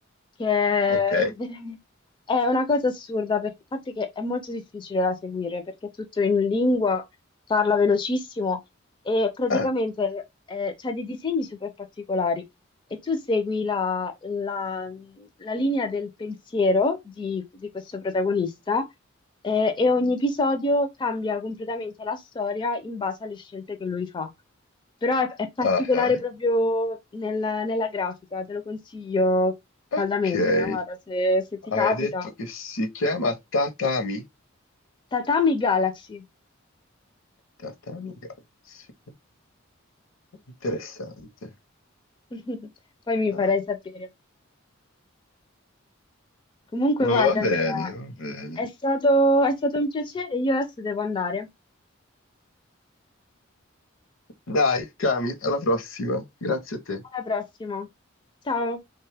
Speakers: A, on the left (about 25°); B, on the left (about 70°).
A: che è
B: Ok.
A: veramente- è una cosa assurda, perché, a parte che è molto difficile da seguire, perché è tutto in lingua, parla velocissimo e praticamente
B: Ah,
A: eh, c'ha dei disegni super particolari e tu segui la, la- la linea del pensiero di, di questo protagonista eh, e ogni episodio cambia completamente la storia in base alle scelte che lui fa. Però è, è particolare
B: ah,
A: proprio nel- nella grafica, te lo consiglio caldamente,
B: ah. Ok.
A: ma guarda, se, se ti
B: Hai
A: capita.
B: detto che si chiama Tatami?
A: Tatami Galaxy,
B: Tatami Galaxy. Interessante.
A: <laughs> poi mi
B: Allora.
A: farai sapere. Comunque, guarda,
B: Va
A: Andrea,
B: bene, va bene.
A: è stato, è stato un piacere, io adesso devo andare.
B: Dai, Cami, alla prossima. Grazie a te.
A: Alla prossima. Ciao.